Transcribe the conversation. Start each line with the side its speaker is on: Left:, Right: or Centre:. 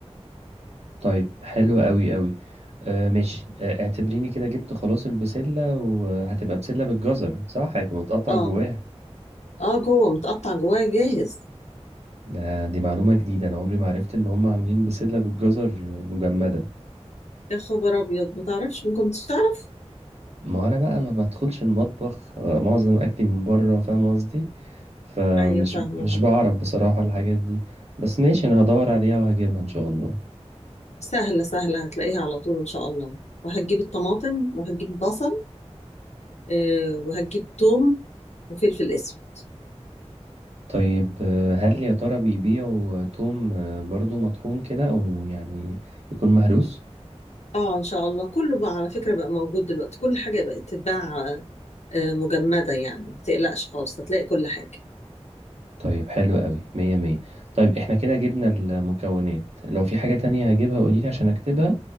Right: طيب حلو قوي قوي آه، ماشي آه، اعتبريني كده جبت خلاص البسلة وهتبقى بسلة بالجزر صح هيبقى متقطع
Left: اه
Right: جواها
Left: اه جوه متقطع جواه جاهز
Right: ده دي معلومة جديدة انا عمري ما عرفت ان هم عاملين بسلة بالجزر مجمدة
Left: يا خبر أبيض ما تعرفش ممكن مش تعرف
Right: ما انا بقى ما بدخلش المطبخ آه، معظم اكلي من بره فاهم قصدي فمش
Left: أيوة فاهمة
Right: مش
Left: فاهمة
Right: بعرف بصراحة الحاجات دي بس ماشي انا هدور عليها وهجيبها ان شاء الله
Left: سهلة سهلة هتلاقيها على طول إن شاء الله وهتجيب الطماطم وهتجيب بصل آه، وهتجيب توم وفلفل أسود
Right: طيب آه، هل يا ترى بيبيعوا آه، توم آه، برضو مطحون كده او يعني يكون مهروس
Left: اه ان شاء الله كله بقى على فكرة بقى موجود دلوقتي كل حاجة بقت تتباع آه، مجمدة يعني ما تقلقش خالص هتلاقي كل حاجة
Right: طيب حلو قوي مية مية طيب احنا كده جبنا المكونات لو في حاجة تانية هجيبها قوليلي عشان اكتبها